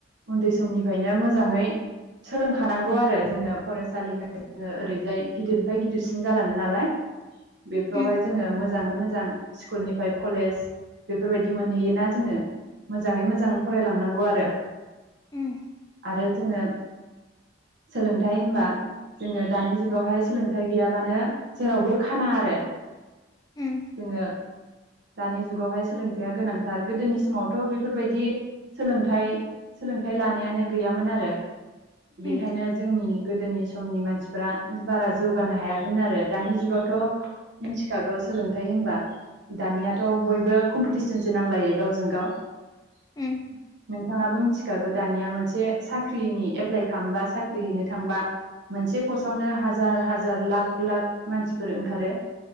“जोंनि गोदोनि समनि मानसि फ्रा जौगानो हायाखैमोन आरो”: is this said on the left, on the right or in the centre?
Right